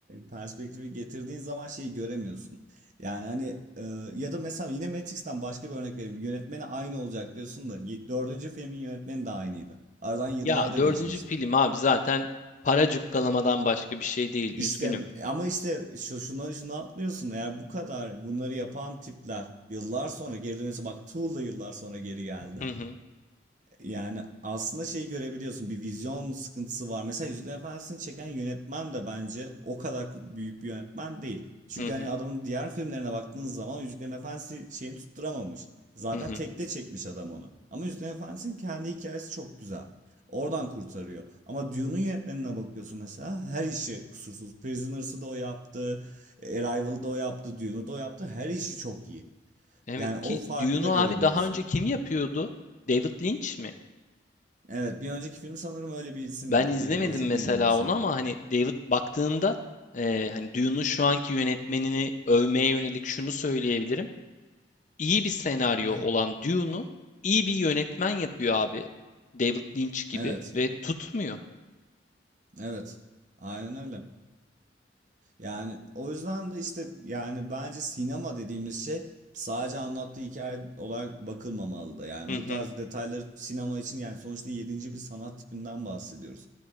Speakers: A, on the right; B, on the left.
A: perspektifi getirdiğin zaman şeyi göremiyorsun. Yani hani e, ya da mesela yine Matrix'ten başka bir örnek vereyim. Yönetmeni aynı olacak diyorsun da y- dördüncü filmin yönetmeni de aynıydı. Aradan yıllar
B: Ya
A: da
B: dördüncü
A: geçmişti.
B: film abi zaten para cukkalamadan başka bir şey değil. Üzgünüm.
A: İşte ama işte şu şuna şunu atlıyorsun. Eğer bu kadar bunları yapan tipler yıllar sonra geri dönüyorsa bak Tool da yıllar sonra geri geldi.
B: Hı hı
A: Yani aslında şeyi görebiliyorsun bir vizyon sıkıntısı var. Mesela Yüzüklerin Efendisi'ni çeken yönetmen de bence o kadar büyük bir yönetmen değil. Çünkü
B: hı hı
A: hani adamın diğer filmlerine baktığınız zaman Yüzüklerin Efendisi şeyini tutturamamış. Zaten
B: hı hı.
A: tekte çekmiş adam onu. Ama Yüzüklerin Efendisi'nin kendi hikayesi çok güzel. Oradan kurtarıyor. Ama Dune'un yönetmenine bakıyorsun mesela her işi kusursuz. Prisoners'ı da o yaptı. Arrival'ı da o yaptı. Dune'u da o yaptı. Her işi çok iyi.
B: Evet
A: Yani o
B: ki
A: farkı
B: Dune'u
A: da
B: abi
A: görebiliyorsun.
B: daha önce kim yapıyordu? David Lynch mi?
A: Evet, bir önceki filmi sanırım öyle bir isim
B: Ben
A: yaptı.
B: izlemedim
A: Yine böyle çok
B: mesela
A: ünlü bir isim
B: onu
A: yaptı.
B: ama hani David baktığında eee hani Dune'un şu anki yönetmenini övmeye yönelik şunu söyleyebilirim. iyi bir senaryo
A: <laughs>
B: olan Dune'u iyi bir yönetmen yapıyor abi. David Lynch gibi
A: Evet,
B: ve tutmuyor.
A: evet. Aynen öyle. Yani o yüzden de işte yani bence sinema dediğimiz şey sadece anlattığı hikaye olarak bakılmamalı da. Yani
B: Hı hı.
A: bu tarz detayları sinema için yani sonuçta yedinci bir sanat tipinden bahsediyoruz.